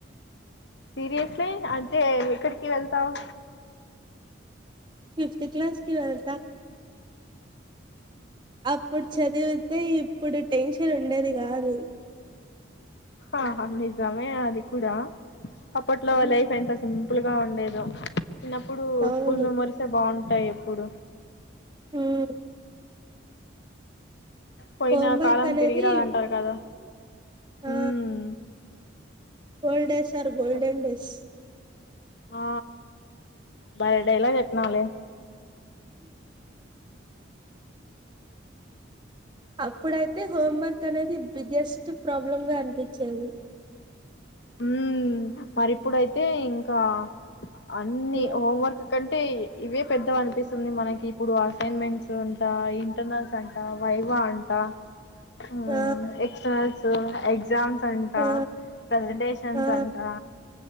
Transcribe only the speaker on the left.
సీరియస్లీ అంటే ఎక్కడికి వెళ్తావు
అహ నిజమే అది కూడా అప్పట్లో
లైఫ్ ఎంత సిం ప్పుల్గా ఉండేదో చిన్నప్పుడు
స్కూల్ మెమోరీసే బాగుంటాయి ఇప్పుడు
పోయినా
కాలం
తిరిగరాదంటారు కదా
ఉమ్
చెప్
ఆ భలే డైలాగ్ చెప్పినావు లే
మ్ మరిప్పుడైతే ఇంకా అన్ని
హోంవర్క్ కం అంటే ఇవే పెద్దగ అనిపిస్తుంది మనకి ఇప్పుడు అసైన్మెంట్స్ అంటా ఇంటర్నల్స్ అంట వైవ వ అంటా మ్
ఎక్స్టర్నల్స్ ఎగ్జామ్స్ అంటా
డేేశన్స్
అంటా